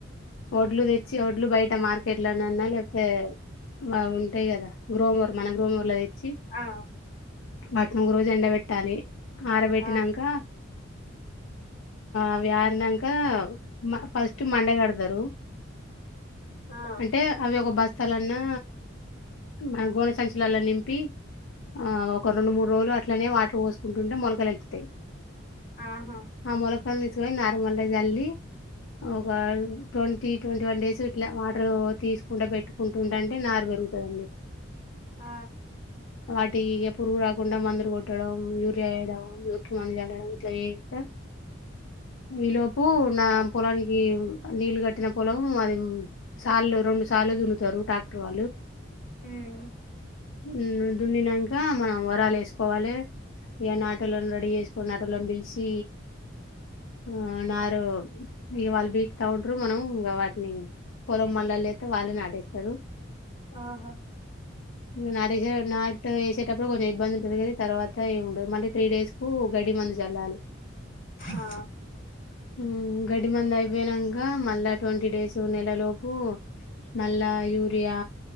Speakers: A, on the left; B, on the left.
A: వడ్లు తెచ్చి వడ్లు బయట మార్కెట్ లోన్నా లేకపోతే అవి ఉంటాయి కద గ్రోమర్ మన గ్రోర్ చ్చి
B: ఆ
A: పట్నాగు రోజు ఎండ బేట్టాలి ఆరబెట్టినంక
B: ఆ
A: అవి ఆరినంక ఫస్ట్ టి మండగడతరు
B: ఆ
A: అంటే అవి ఒక బస్తాలన్నా మన గోన సంచలలో నింపి ఆ ఒక రెండు మూడు రోజులు అట్లనే వాటర్ పోసుకుంటుంటే మొలకల్లేళ్తాయి
B: ఆహా
A: ఆ మొలక్ క్కలు తీసుకొని నార్మల్గా జల్లి ఒక ట్వంటీ, ట్వంటీ వన్ డేస్ ఇట్లా వాటర్ తీసుకుండా పెట్టుకుంటుంట అంటే నారు పెరుగుతదండి.
B: ఆ
A: వాటికి ఎప్ పురుగు రాకుండా మందులు కొట్టడం యూరియా వేయడం. నొక్కి మందు జల్లడం ఇట్లా చేస్తే, ఈ లోపు నా పొలానికి నీళ్లు కట్టిన పొలం అది. సార్లు రెండు సార్లు దున్నతారు ట్రాక్టర్ వాళ్ళు
B: హ్మ్
A: మ్మ్ దున్నినంకా మ్ మనం వరాలు వేసుకోవాలి. ఇక నాటోలను రెడీ చేసుకొన్ నాటోలను పిలిచి, ఆ నారు ఇ వాళ్ళు బీక్తా ఉంటారు. మనం ఇంకా వాటిని పొలం మల్లల్లో లేత్తే వాళ్ళే నాటిస్తారు.
B: ఆహా
A: మ్ నారిజ నాటు వేసేటప్పుడు కొంచెం ఇబ్బంది వుంటది గానీ తర్వాత ఏ ఉండదు మళ్ళీ త్రీ డేస్ కు గడ్డి మందు జల్లాలి.
B: ఆ
A: మ్మ్ గడ్డి మందు అయిపేయినాంక మళ్ళా ట్వంటీ డేస్ నెలలోపు మళ్ళా అ యూరియా